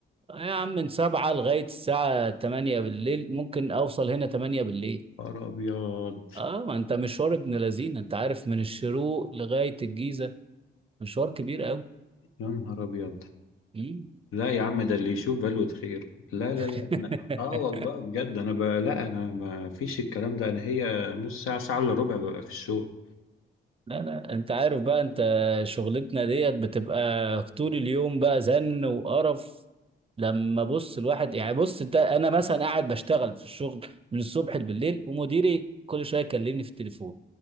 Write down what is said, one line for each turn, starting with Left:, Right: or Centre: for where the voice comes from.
Right: يا عم من 7 لغاية الساعة 8 بالليل ممكن اوصل هنا 8 بالليل
Left: نهار ابيض
Right: اه ما انت مشوار ابن لذينه انت عارف من الشروق لغاية الجيزة مشوار كبير
Left: يا نهار ابيض
Right: قوي
Left: لا يا عم ده اللي يشوف بلوة خير لا لا لا
Right: <laughs>
Left: أنا اه والله بجد انا ب... لا انا ما فيش الكلام ده انا هي نص ساعة ساعة الا ربع ببقى في الشغل
Right: لا لا انت عارف بقى انت شغلتنا ديت بتبقى طول اليوم بقى زن وقرف لما بص الواحد يعني بص انت انا مثلا قاعد بشتغل في الشغل من الصبح بالليل ومديري كل شويه يكلمني في التليفون